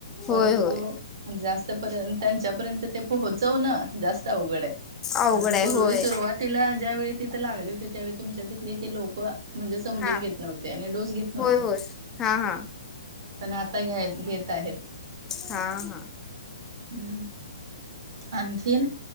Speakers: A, on the left (about 15°); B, on the right (about 50°).
A: होय
B: परंतु
A: होय
B: जास्त पर्यंत त्यांच्यापर्यंत ते पोहोचव न जास त आवगड हाय,
A: अवघड
B: कारण
A: आहे
B: पूर्वी
A: होय
B: सुरवात तिला ज्यावेेळी तिथं लागली होती त्यावेळी तुमच्या तिथले ते लोक म्हणजे समजून
A: हा
B: घेत नव्हते आणि डोस घेत नव्ह
A: होय
B: ते
A: होय हा हा
B: पण आता घ्या घेत आहेत ‌.
A: हा हा.
B: हम, आणखीन